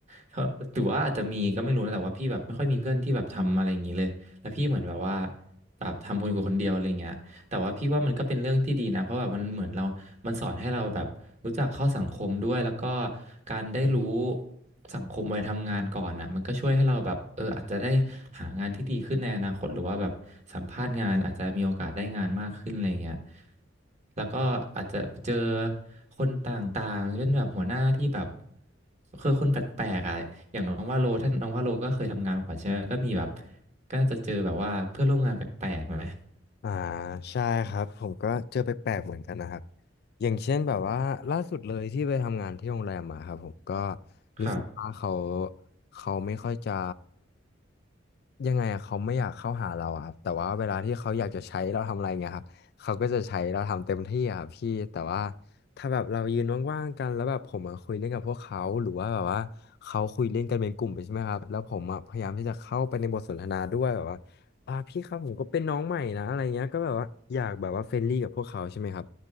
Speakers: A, on the right; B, on the left.
A: เขาหรือว่าอาจจะมีก็ไม่รู้นะแต่ว่าพี่แบบไม่ค่อยมีเพื่อนที่แบบทำอะไรอย่างนี้เลยแล้วพี่เหมือนแบบว่าแบบทำคนอยู่คนเดียวอะไรเงี้ยแต่ว่าพี่ว่ามันก็เป็นเรื่องที่ดีนะเพราะแบบมันเหมือนเรา มันสอนให้เราแบบรู้จักเข้าสังคมด้วยแล้วก็การได้รู้สังคมวัยทำงานก่อนอ่ะมันก็ช่วยให้เราแบบเอออาจจะได้หางานที่ดีขึ้นในอนาคตหรือว่าแบบสัมภาษณ์งานอาจจะมีโอกาสได้งานมากขึ้นอะไรเงี้ยแล้วก็อาจจะเจอคนต่างๆเช่นแบบหัวหน้าที่แบบคือคนแปลกๆอ่ะอย่างน้องว่าโลท่านน้องว่าโลก็เคยทำงานมาก่อนใช่ไหมก็มีแบบก็น่าจะเจอแบบว่าเพื่อนร่วมงานแปลกๆไหม
B: อ่าใช่ครับผมก็เจอไปแปลกๆเหมือนกันนะครับอย่างเช่นแบบว่าล่าสุดเลยที่ไปทำงานที่โรงแรมมาครับผมก็
A: ครับ
B: รู้สึกว่าเขาเขาไม่ค่อยจะยังไงอะเขาไม่อยากเข้าหาเราอะครับแต่ว่าเวลาที่เขาอยากจะใช้เราทำอะไรเงี้ยครับเขาก็จะใช้เราทำเต็มที่อะครับพี่แต่ว่าถ้าแบบเรายืนว่างๆกันแล้วแบบผมมาคุยเล่นกับพวกเขาหรือว่าแบบว่าเขาคุยเล่นกันเป็นกลุ่มไปใช่ไหมครับแล้วผมอะพยายามที่จะเข้าไปในบทสนทนาด้วยแบบว่า อ่าพี่ครับผมก็เป็นน้องใหม่นะอะไรเงี้ยก็แบบว่าอยากแบบว่าเฟรนลี่กับพวกเขาใช่ไหมครับ